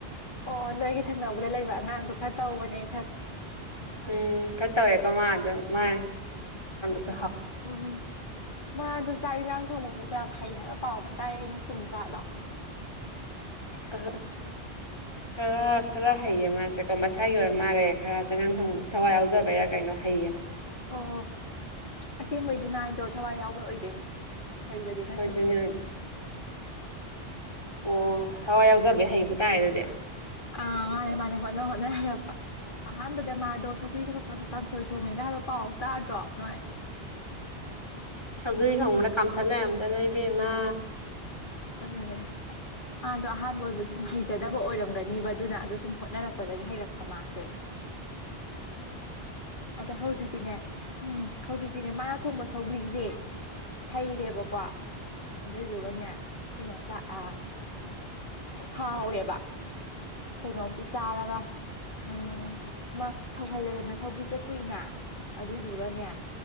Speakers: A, on the left; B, on the left.
A: ꯑꯣ ꯅꯣꯏꯒꯤ ꯊꯪꯅꯕꯗ ꯂꯩꯕ ꯑꯉꯥꯡꯗꯣ ꯈꯔ ꯇꯧꯕꯅꯦ ꯈꯪꯉꯦ
B: ꯎꯝ ꯈꯠꯇ ꯑꯣꯏꯀꯣ ꯃꯥꯗ ꯃꯥ ꯆ
A: ꯎꯝ ꯎꯝ ꯃꯥ ꯑꯗꯨ ꯆꯥꯛ ꯏꯟꯖꯥꯡ ꯊꯣꯡꯃꯁꯨ ꯀꯌꯥꯝ ꯍꯩ ꯍꯥꯏꯕ ꯄꯥꯎ ꯑꯃ ꯇꯥꯏ ꯑꯩꯅ ꯆꯨꯝꯖꯥꯠꯂꯣ
B: ꯑ ꯈꯔ ꯈꯔ ꯍꯩꯌꯦ ꯃꯥꯁꯦꯀꯣ ꯃꯁꯥꯒꯤ ꯑꯣꯏꯔ ꯃꯥꯜꯂꯦ ꯈꯔ ꯆꯉꯡ ꯊꯣꯡ ꯊꯋꯥꯏ ꯌꯥꯎꯖꯕꯩꯔꯥ ꯀꯩꯅꯣ ꯍꯩꯌꯦ
A: ꯑꯣ ꯑꯁꯦꯡꯕꯩꯗꯤ ꯃꯥꯏꯗꯣ ꯊꯋꯥꯏ ꯌꯥꯎꯕ ꯑꯣꯏꯗꯣꯏꯅꯦ ꯍꯩꯕꯗ ꯅꯠꯇꯦ
B: ꯍꯣꯏꯗꯨꯅꯦ ꯑꯣ ꯊꯋꯥꯏ ꯌꯥꯎꯖꯕ ꯍꯩꯕ ꯇꯥꯔꯦ ꯑꯗꯨꯗꯤ
A: ꯑ ꯃꯥꯥꯟꯅꯦ ꯃꯥꯅꯦ ꯍꯣꯠꯅ ꯍꯣꯠꯅ ꯍꯩꯔꯛꯄ ꯑꯍꯥꯟꯕꯗ ꯃꯥꯗꯣ ꯁꯧꯒ꯭ꯔꯤ ꯁꯥ ꯀꯀ ꯁꯣꯏ ꯊꯣꯡꯉꯦꯒ ꯍꯥꯏꯕ ꯄꯥꯎ ꯇꯥꯗ꯭ꯔꯣ ꯅꯣꯏ
B: ꯭ꯔꯨꯏ ꯊꯣꯡꯕꯗ ꯀꯥꯝꯊꯠ
A: ꯗꯒꯤ
B: ꯂꯩꯔꯝꯗꯅ ꯏꯕꯦꯝꯃ
A: ꯆꯖꯅꯦ ꯃꯥꯗꯣ ꯑꯍꯥꯟꯕ ꯑꯣꯏꯕꯒꯤ ꯁꯨꯝ ꯍꯩꯖꯗꯕ ꯑꯣꯏꯔꯝꯒꯅꯤꯕ ꯑꯗꯨꯅ ꯑꯗꯣ ꯁꯨꯝ ꯍꯣꯠꯅꯔꯛꯄꯗꯒꯤ ꯍꯩꯔꯛꯄ ꯃꯥꯁꯦ ꯑꯗ ꯍꯧꯖꯤꯛꯇꯤꯅꯦ ꯎꯝ ꯍꯧꯖꯤꯛꯇꯤꯅꯦ ꯃꯥꯅ ꯊꯣꯡꯕꯁ ꯊꯧꯒ꯭ꯔꯤꯁꯦ ꯍꯩꯔꯦꯕꯀꯣ ꯑꯗꯨꯏꯗꯨꯒꯅꯦ ꯀꯩꯅꯣ ꯆ ꯑ ꯍꯥꯎꯔꯦꯕ ꯀꯩꯅꯣꯝꯁꯨ ꯆꯥꯔꯒ ꯎꯝ ꯃꯥ ꯁꯧꯍꯜꯂꯦꯗꯅ ꯁꯧꯒ꯭ꯔꯤꯁꯦ ꯀꯨꯏꯅ ꯑꯗꯨꯏꯗꯨꯒꯅꯦ